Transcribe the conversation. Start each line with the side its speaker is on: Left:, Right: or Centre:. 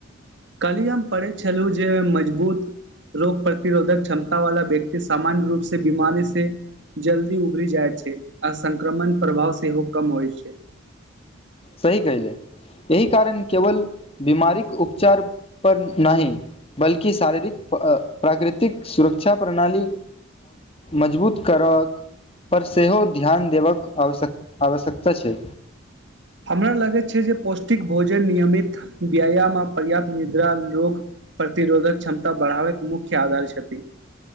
Right: कहली हम पढ़ैत छलहुँ जे मजबूत रोग प्रतिरोधक क्षमता वाला व्यक्ति सामान्य रूप से बीमारी से जल्दी उभरी जाइ छै आ संक्रमण प्रभाव सेहोहो कम होइ छै
Left: सही कहिले एहि कारण केवल बीमारीक के उपचार पर नहि बल्कि शारीरिक प्राकृतिक सुरक्षा शिक्षा प्रणाली मजबूत करक पर सेहो ध्यान देबाक आवश्यकता छै
Right: हमरा लागे छै जे पौष्टिक भोजन नियमित व्यायाम आ पर्याप्त निद्रा रोग पर प्रतिरोधक क्षमता बढ़ावैतके मुख्य आधारशति